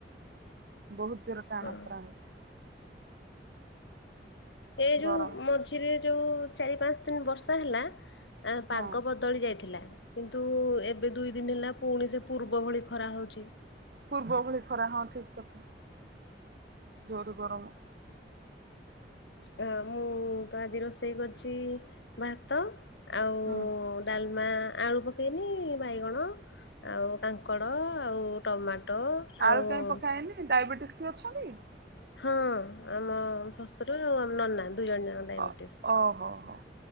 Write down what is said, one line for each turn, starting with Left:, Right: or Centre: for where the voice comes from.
Right: ବହୁତ୍ ଜୋର ଟାଣ
Left: ହଁ
Right: ଖରା ହଉଛି।
Left: ଏ ଯୋଉ
Right: ଗରମ ଜୋର।
Left: ମଝିରେ ଯୋଉ ଚାରି ପାଞ୍ଚ ଦିନ୍ ବର୍ଷା ହେଲା ଆ
Right: ହଁ
Left: ପାଗ ବଦଳି ଯାଇଥିଲା। କିନ୍ତୁ ଏବେ ଦୁଇ ଦିନ ହେଲା ପୁଣି ସେ ପୂର୍ବ ଭଳି ଖରା ହେଉଚି।
Right: ପୂର୍ବ ଭଳି ଖରା ହଁ ଠିକ୍ କଥା, ଜୋରେ ଗରମ
Left: ଅ ମୁଁ ତ ଆଜି ରୋଷେଇ କରିଚି ଭାତ ଆଉ
Right: ହୁଁ।
Left: ଡାଲମା ଆଳୁ ପ କେଇନି ବାଇଗଣ ଆଉ କାଙ୍କଡ଼ ଆଉ ଟମାଟୋ
Right: ଆଳୁ
Left: ଆଉ
Right: କାଇଁ ପକା ହେଇନି ଡାଇବେଟିସ୍ କିଏ ଅଛନ୍ତି କି?
Left: ହଁ ଆମ ଶଶୁର ଆଉ ଆମ ନନା ଦୁଇ ଜଣ ଯାକ ଡାଇବେଟିସ୍।
Right: ଅ ଓହୋ ହୋ।